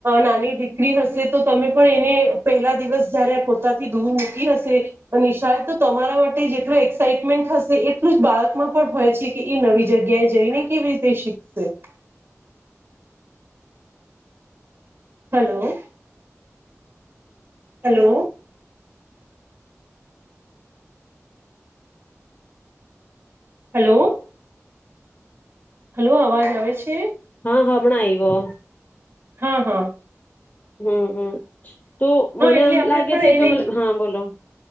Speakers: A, on the right; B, on the left.
A: નાની દીકરી હશે તો તમે પણ એને પહેલા દિવસ જય્યારે પોતાથી દૂર હશે, તો નિશાળ તમારા માટે જેટલું એક્સાાઈટમેન્ટ હશે એટલું જ બાળકમાં પણ હોય છે કે એ નવી જગ્યાએ જઈને કેવી રીતે શીખશે. Hello, hello. હલો. હલો અવાજ આવે છે?
B: હમણા આયવો.
A: હા હા.
B: હમ હમ. તો મને
A: હા એટલે
B: આમ
A: આપણે
B: લાગે
A: પણ
B: છે જો મ,
A: એને
B: હા બોલો.